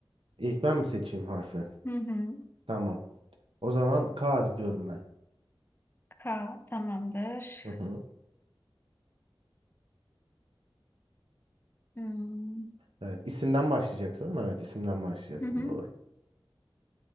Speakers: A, on the right; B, on the left.
A: ilk ben mi seçeyim harfi?
B: Hı hı.
A: Tamam. O zaman K diyorum ben.
B: K tamamdır.
A: Hı hı.
B: Hmm.
A: Evet isimden başlayacaksın ama evet isimden başlayacaksın
B: Hı hı.
A: doğru.